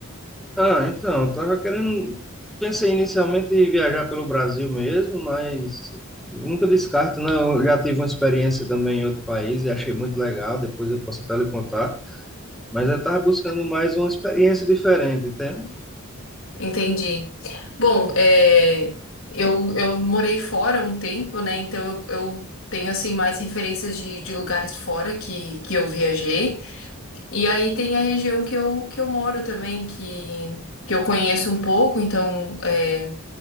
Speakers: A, in the centre; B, on the left.
A: Ah, então, eu tava querendo. Pensei inicialmente em viajar pelo Brasil mesmo, mas nunca descarto, né? Eu já tive uma experiência também em outro país e achei muito legal, depois eu posso até lhe contar. Mas eu tava buscando mais uma experiência diferente, entende?
B: Entendi. Bom, é, eu, eu morei fora um tempo, né? Então eu, eu tenho assim mais referências de, de lugares fora que, que eu viajei. E aí tem a região que eu, que eu moro também, que, que eu conheço um pouco, então é,